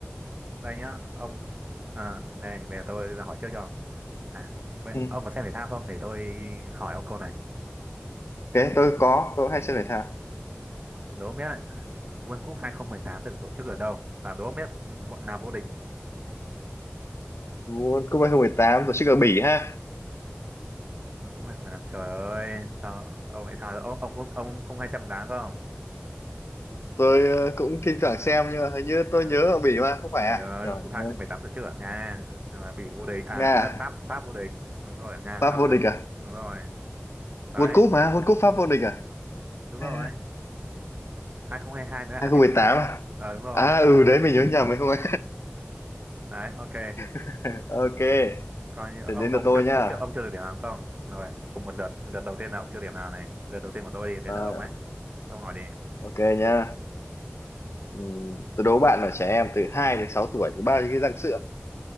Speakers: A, on the right (about 35°); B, on the left (about 85°).
A: đây nhá, ông à, đây, bây giờ tôi hỏi trước cho. À, bây,
B: ừ.
A: ông có xem thể thao không để tôi hỏi ông câu này.
B: ok, tôi có, tôi cũng hay xem thể thao.
A: Đố ông biết đấy, World Cup 2018 được tổ chức ở đâu? Và đố ông biết bọn nào vô địch?
B: World Cup 2018 tổ chức ở Bỉ ha.
A: World Cup 2015 trời ơi sao ông lại sao ông ông không- ông không hay xem bóng đá không
B: Tôi ờ, cũng thi thoảng xem nhưng mà hình như tôi
A: trời,
B: nhớ ở Bỉ mà không phải
A: trời
B: à?
A: ơi
B: Trời
A: World Cup 2018
B: ơi.
A: tổ chức ở Nga mà Bỉ vô địch à
B: Nga
A: không biết
B: à?
A: Pháp Pháp vô địch đúng rồi ở Nga
B: Pháp
A: Pháp vô
B: vô địch
A: địch
B: à?
A: đúng rồi đấy
B: World Cup mà, World Cup Pháp vô địch à?
A: đúng
B: À,
A: rồi 2022 mới là
B: 2018
A: Argentina
B: à?
A: ờ đúng rồi
B: À ừ đấy mình nhớ nhầm mình không ấy.
A: đấy ok
B: <laughs> Ok,
A: coi như
B: thì
A: ông
B: đến
A: ông
B: lượt tôi
A: chưa
B: nhá.
A: ông chưa ông chưa được điểm nào không rồi cùng một lượt lượt đầu tiên là ông chưa điểm nào này lượt đầu tiên của tôi đi đến
B: À,
A: lượt ông ấy ông hỏi đi
B: ok nhá. Ừm, tôi đố bạn là trẻ em từ 2 đến 6 tuổi có bao nhiêu cái răng sữa?